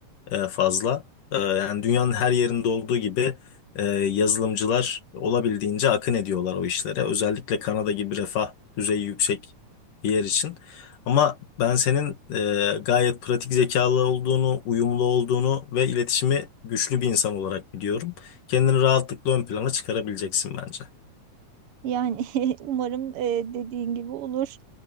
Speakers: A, on the left; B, on the right.
A: e, fazla. E, yani dünyanın her yerinde olduğu gibi e, yazılımcılar olabildiğince akın ediyorlar o işlere. Özellikle Kanada gibi refah düzeyi yüksek bir yer için. Ama ben senin e, gayet pratik zekalı olduğunu, uyumlu olduğunu ve iletişimi güçlü bir insan olarak biliyorum. Kendini rahatlıkla ön plana çıkarabileceksin bence.
B: Yani <laughs> umarım e, dediğin gibi olur.